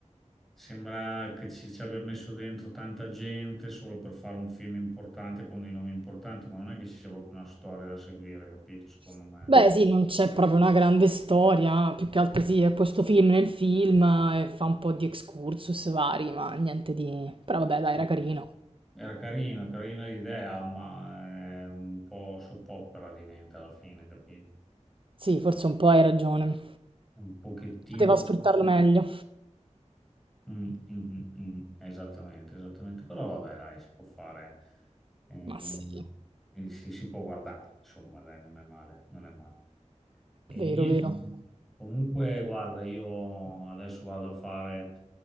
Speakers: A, in the centre; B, on the right (about 45°).
A: sembra che ci, ci abbia messo dentro tanta gente solo per fare un film importante con dei nomi importanti, ma non è che ci sia proprio una storia da seguire, capito? Secondo
B: <laughs>
A: me.
B: Beh, sì, non c'è proprio una grande storia, più che altro sì, è questo film nel film e fa un po' di excursus vari, ma niente di... Però vabbè, dai,
A: Sì.
B: era carino.
A: Era carina, carina l'idea, ma è un po' soppopera diventa alla fine, capito?
B: Sì, forse un po' hai ragione.
A: un pochettino...
B: Poteva
A: un-
B: sfruttarlo meglio.
A: mm, mm, mm, mm. Esattamente, esattamente. Però vabbè, dai, si può fare, ehm,
B: Ma sì,
A: eh, si, si può guardare, insomma, dai, non è male, non è male. E
B: vero,
A: niente,
B: vero.
A: comunque, guarda, io adesso vado a fare